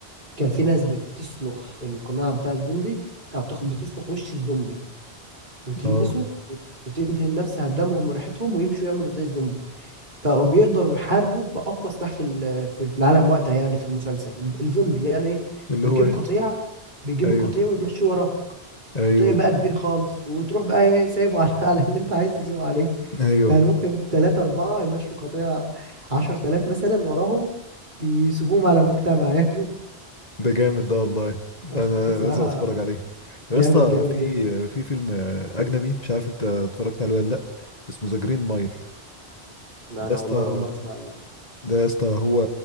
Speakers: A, on the right; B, on the left.
A: كان في ناس بتسلخ القناع بتاع الزومبي او تخ- بتسلخ وش الزومبي وتلبسه
B: اه
A: وت- وتدهن نفسها بدمهم وريحتهم ويمشوا يعملوا زي الزومبي فبقوا بيقدروا يحاربوا باقوى سلاح في ال- في في العالم وقتها يعني في المسلسل الزومبي يعني ايه
B: اللي
A: بتجيب
B: هو ايه
A: قطيع بيجيب
B: ايوه
A: القطيع وتمشيه وراك
B: ايوه
A: قطيع بقى كبير خالص وتروح بقى ايه سايبه على <laughs> على اللي انت عايز تسيبه عليه
B: ايوه
A: يعني ممكن تلاتة أربعة يمشوا قطيع عشر تلاف مثلا وراهم بيسيبوهم على مجتمع ياكلوا
B: ده جامد ده والله لا
A: <laughs>
B: انا
A: بصراحة
B: لازم اتفرج عليه طب
A: جامد
B: يا اسطى
A: جامد
B: في
A: يعني
B: في فيلم اجنبي مش عارف انت اتفرجت عليه ولا لا اسمه ذا جرين مايل
A: لا
B: ده
A: انا
B: يا اسطى
A: والله اول مره اسمع عنه
B: ده يا اسطى هو